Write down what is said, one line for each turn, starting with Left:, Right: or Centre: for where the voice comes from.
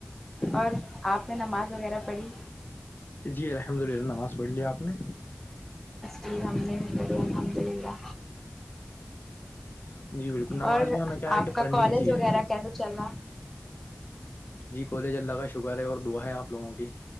Centre: اور آپ نے نماز وغیرہ پڑھی
Left: جی الحمد للہ نماز پڑھ لیا آپ نے
Centre: رحمد الحمد للہ
Left: جی بالکل نماز
Centre: اور
Left: بھی ہمیں کیا ہے
Centre: آپ
Left: کہ
Centre: کا
Left: پڑھنی
Centre: کالج
Left: ہی چاہیے
Centre: وغیرہ کیسے چل رہا
Left: جی کولج اللہ کا شکر ہے اور دعا ہے آپ لوگوں کی